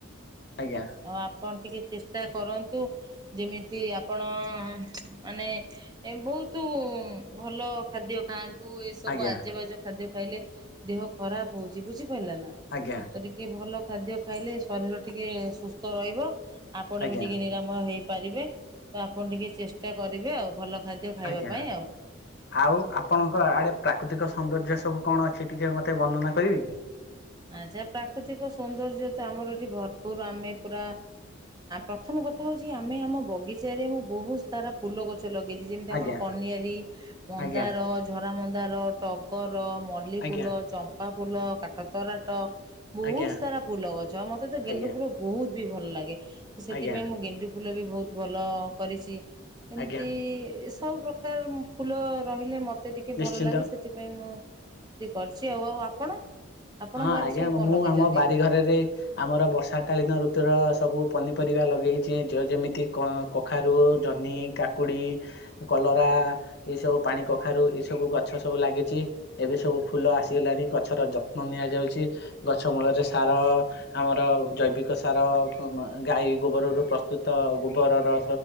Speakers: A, on the left; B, on the right.
A: ଆଜ୍ଞା।
B: ଆଉ ଆପଣ ଟିକେ ଚେଷ୍ଟା କରନ୍ତୁ। ଯେମିତି ଆପଣ ମାନେ ବହୁ ବହୁତୁ ଭଲ ଖାଦ୍ୟ ଖାଆନ୍ତୁ। ତୁ ଏସବୁ
A: ଆଜ୍ଞା
B: ଆଜେ ବାଜେ ଖାଦ୍ୟ ଖାଇଲେ ଦେହ ଖରାପ ହଉଛି ବୁଝି ହେଲା ନା
A: ଆଜ୍ଞା
B: ତ ଟିକେ ଭଲ ଖାଦ୍ୟ ଖାଇଲେ ଶରୀର ଟିକେ ସୁସ୍ଥ ରହିବ। ଆପଣ
A: ଆଜ୍ଞା
B: ବି ଟିକେ ନିରାମୟ ହେଇପାରିବେ ତ ଆପଣ ଟିକେ ଚେଷ୍ଟା କରିବେ ଆଉ ଭଲ ଖାଦ୍ୟ ଖାଇବା
A: ଆଜ୍ଞା।
B: ପାଇଁ ଆଉ
A: ଆଉ ଆପଣଙ୍କ ଆଡେ ପ୍ରାକୃତିକ ସୌନ୍ଦର୍ଯ୍ୟ ସ ସବୁ କଣ ଅଛି ଟିକେ ମତେ ବର୍ଣ୍ଣନା କରିବେ କି?
B: ଆଜା ପ୍ରାକୃତିକ ସୌନ୍ଦର୍ଯ୍ୟ ତ ଆମର ଏଠି ଭରପୁର ଆମେ ପୁରା ପ୍ରଥମ ପ୍ରଥମେ ହୋଉଚି ଆମେ ଆମ ବଗିଚାରେ ମୁଁ ବୋହୁତ ସାରା ଫୁଲ ଗଛ ଲଗେଇଚି ଯେମିତି
A: ଆଜ୍ଞା
B: ଆମର କନିଆରୀ, ମନ୍ଦାର,
A: ଆଜ୍ଞା
B: ଝରା ମନ୍ଦାର, ଟଗ ର, ମଲ୍ଲିଫୁଲ,
A: ଆଜ୍ଞା
B: ଚମ୍ପା ଫୁଲ, କାଠ ତରାଟ ବୋହୁତ
A: ଆଜ୍ଞା
B: ସାରା ଫୁଲ ଗଛ ମତେ ତ ଗେଣ୍ଡୁ
A: ଆଜ୍ଞା
B: ଫୁଲ ବୋହୁତ ବି ଭଲ ଲାଗେ। ତ ସେଥିପାଇଁ
A: ଆଜ୍ଞା
B: ମୁଁ ଗେଣ୍ଡୁ ଫୁ ଫୁଲ ବି ବୋହୁତ ଭଲ କରିଚି। ଏମିତି
A: ଆଜ୍ଞା
B: ସବୁ ପ୍ରକାର ଫୁଲ ରହିଲେ ମତେ ଟିକେ ଭଲ
A: ନିଶ୍ଚିନ୍ତ
B: ଲାଗେ। ସେଥିପାଇଁ ମୁଁ କରିଚି। ଆଉ ଆଉ ଆପଣ? ଆପଣଙ୍କ
A: ହଁ
B: ବାରିରେ
A: ଆଜ୍ଞା
B: ସବୁ କଣ
A: ମୁଁ
B: ଲଗେଇଛନ୍ତି?
A: ଆମ ବାରିଘରରେ ଆମର ବର୍ଷା କାଳୀନ ଋତୁର ସବୁ ପନିପରିବା ଲଗେଇଚି। ଯ-ଯେମିତି କ-କଖାରୁ, ଜହ୍ନି, କାକୁଡ଼ି, କ ଲରା, ଏ ସବୁ ପାଣି କଖାରୁ, ଏ ସବୁ ଗଛ ସବୁ ଲାଗିଚି। ଏବେ ସବୁ ଫୁଲ ଆସିଗଲାଣି ଗ୍ ଛର ଜ ନିଆଯାଉଚି ଗଛ ମୂଳରେ ସାର ଆମର ଜୈବିକ ସାର ମ୍ ମ୍ ଗାଈ ଗୋବରରୁ ପ୍ରସ୍ତୁତ ଗୋବରର